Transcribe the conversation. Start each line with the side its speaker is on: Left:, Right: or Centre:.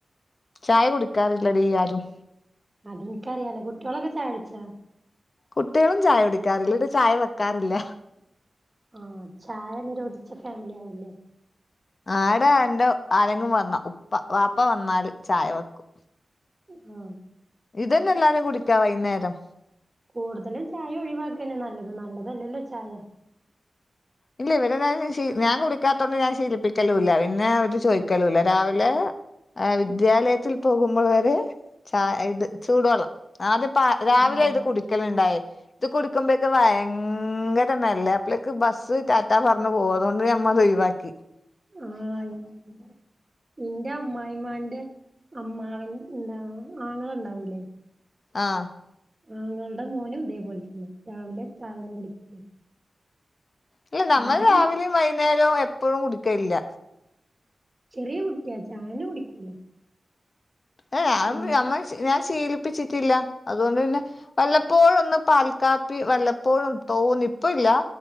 Left: ചായ കുടിക്കാറില്ലടീ ആരും.
Right: അതിൻക്കറിയാലോ കുട്ട്യോളൊക്കെ ചായുടിച്ചോ
Left: കുട്ട്യേളും ചായ കുടിക്കാറില്ല ഇവ്ടെ ചായ വെക്കാറില്ല.
Right: ആഹ് ചായ നിരോധിച്ച ഫാമിലി ആവൂല്ലേ.
Left: ആട എന്റെ ആരെങ്കും വന്നാ ഉപ്പ വാപ്പ വന്നാല് ചായ വെക്കും.
Right: ആഹ്
Left: ഇതന്നെ ല്ലാരും കുടിക്കാ വൈന്നേരം.
Right: കൂടുതലും ചായ ഒഴിവാക്കന്നെ നല്ലത് നല്ലതല്ലല്ലോ ചായ.
Left: ഇല്ല ഇവരെ ഞാന് ശി ഞാൻ കുടിക്കാത്തോണ്ട് ഞാൻ ശീലിപ്പിക്കലൂല്ല പിന്നെ അവര് ചോയിക്കലൂല്ല രാവിലേ. ഏഹ് വിദ്യാലയത്തിൽ പോകുമ്പോൾ വരെ? ചാ ഇത് ചൂടുവെള്ളംഅദ്യം പാ രാവിലെ
Right: സാധാ
Left: ഇത് കുടി. ക്കല്ണ്ടായി ഇത് കുടിക്കുമ്പക്ക് വയങ്കര മെല്ലെ അപ്പളേക്ക് ബസ്. ടാറ്റാ പറഞ്ഞു പോവും അതുകൊണ്ട് ഞമ്മതൊഴിവാക്കി.
Right: ആഹ് <unintelligible> ഇന്റെ അമ്മായിമ്മാന്റെ അമ്മാവൻ ന്താ ആങ്ങള ണ്ടാവൂലേ
Left: ആഹ്
Right: ആങ്ങൾടെ മോനും ഇതേപോലത്തന്നെ രാവിലെ ചായൊന്നും കുടിക്കൂല
Left: ഇല്ല നമ്മൾ
Right: ചായന്നെ
Left: രാവിലിം വൈന്നേരും എപ്പഴും കുടിക്കലില്ല.
Right: ചെറിയ കുട്ടിയാ ചായന്നെ കുടിക്കൂല.
Left: ഏഹ് ഞാനും
Right: അങ്ങനെ
Left: നമ്മ ഞാൻ ശീലിപ്പിച്ചിട്ടില്ല അതുകൊണ്ടന്നെ വല്ലപ്പോഴൊന്ന് പാൽക്കാപ്പി വല്ലപ്പോഴും തോന്നി ഇപ്പ ഇല്ല.